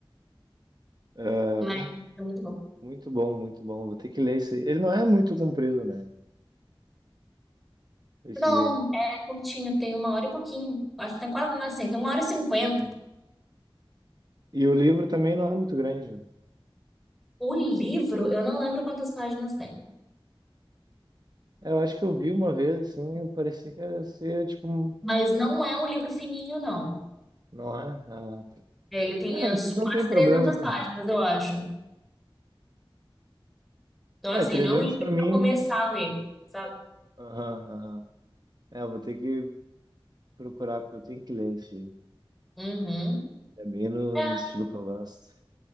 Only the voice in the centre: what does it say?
Mas
é muito bom.
Não,
é curtinho, tem uma hora e pouquinho. Acho que tem quase, assim, tem uma hora e cinquenta.
O livro, eu não lembro quantas páginas tem.
Mas não é um livro fininho, não.
Ele tem
as
quase
300
páginas, eu acho. Então,
assim,
não é um livro
pra começar a ler, sabe?
Uhum.
É,